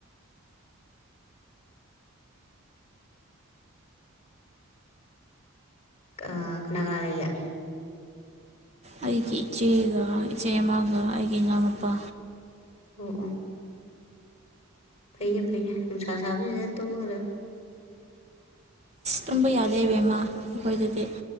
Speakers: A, on the left (about 30°); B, on the right (about 30°).
A: ꯀꯅꯥ ꯀꯅꯥ ꯂꯩꯦ
B: ꯑꯩꯒꯤ ꯏꯆꯦꯒ ꯏꯆꯦ ꯑꯃꯒ ꯑꯩꯒꯤ ꯏꯅꯥꯎꯅꯨꯄꯥ
A: ꯑꯣ ꯄꯩꯦ ꯄꯩ ꯏꯁꯥ ꯁꯕ ꯇꯨꯝꯃꯒ ꯂꯣ
B: ꯇꯨꯝꯕ ꯌꯥꯔꯦ ꯏꯕꯦꯝꯃ ꯑꯩꯈꯣꯏꯗꯗꯤ